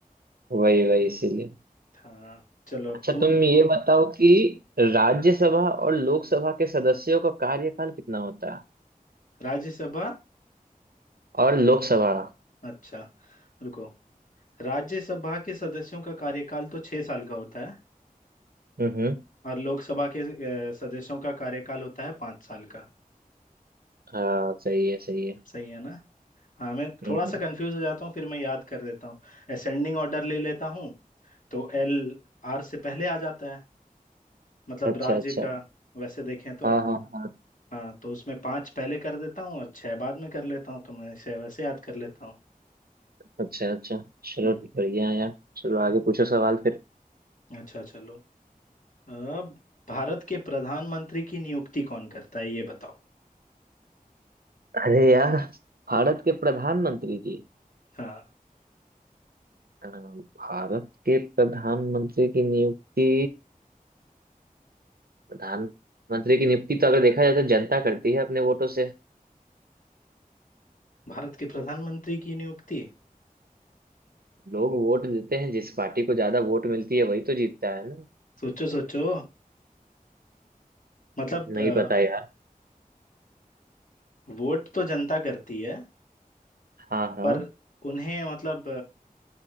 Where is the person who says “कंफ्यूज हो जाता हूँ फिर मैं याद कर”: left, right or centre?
Left